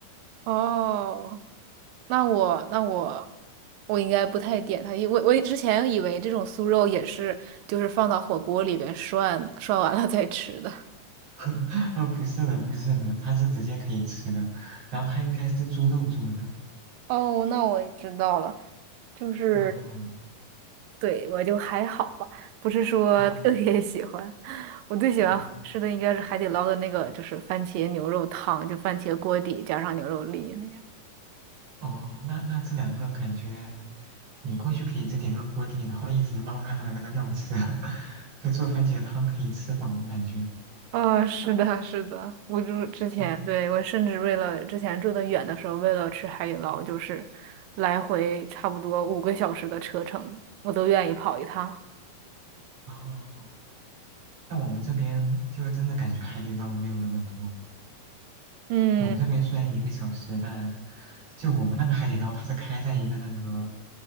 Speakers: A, on the right (about 75°); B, on the right (about 40°).
A: 哦，那我那我我应该不太点它，因为我我之前以为这种酥肉也是就是放到火锅里边涮涮完了再吃的。
B: <laughs> 呃，不是的，不是的，它是直接可以吃的，然后它应该是猪肉做的。
A: 哦，那我知道了，就是
B: 嗯，
A: <laughs> 对我就还好吧，不是说特别喜欢。
B: 哦
A: 我最喜欢吃的应该是海底捞的那个，
B: 哦
A: 就是番茄牛肉汤，就番茄锅底加上牛肉粒那样。
B: 哦，那那这两个感觉你过去可以再点个锅底，然后一直捞它的那个料吃，<laughs> 就做番茄汤可以吃饱，我感觉。
A: 哦，是的，是的，我就之前，
B: 嗯。
A: 对，我甚至为了之前住的远的时候，为了吃海底捞，就是来回差不多五个小时的车程，我都愿意跑一趟。
B: 哦，但我们这边就是真的感觉海底捞没有那么多。
A: 嗯，
B: 我们这边虽然一个小时，但就我们那个海底捞，它是开在一个那个